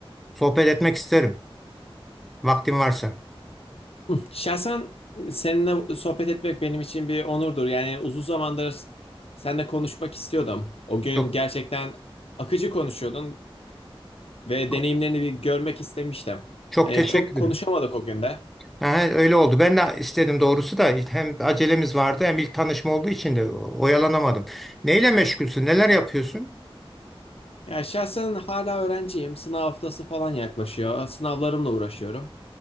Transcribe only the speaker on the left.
Şahsen seninle sohbet etmek benim için bir onurdur. Yani uzun zamandır seninle konuşmak istiyordum. O gün
gerçekten akıcı konuşuyordun ve
deneyimlerini bir görmek istemiştim. Hani
çok konuşamadık
o günde.
Ya şahsen hala öğrenciyim. Sınav haftası falan yaklaşıyor. Sınavlarımla uğraşıyorum.